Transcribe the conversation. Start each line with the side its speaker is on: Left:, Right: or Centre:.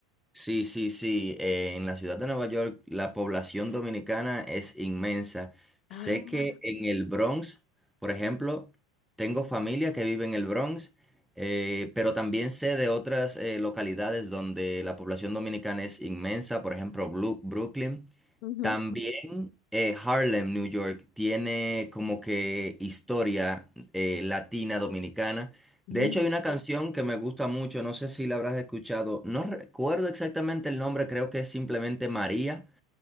Centre: Sí, sí, sí. eh, en la ciudad de Nueva York la población dominicana es inmensa.
Left: Ah,
Centre: Sé que en el Bronx, por ejemplo, tengo familia que vive en el Bronx, eh, pero también sé de otras eh, localidades donde la población dominicana es inmensa, por ejemplo, Blu- Brooklyn.
Left: ujú.
Centre: También eh, Harlem, New York, tiene como que historia eh, latina dominicana.
Left: Mira.
Centre: De hecho, hay una canción que me gusta mucho, no sé si la habrás escuchado, no recuerdo exactamente el nombre, creo que es simplemente María,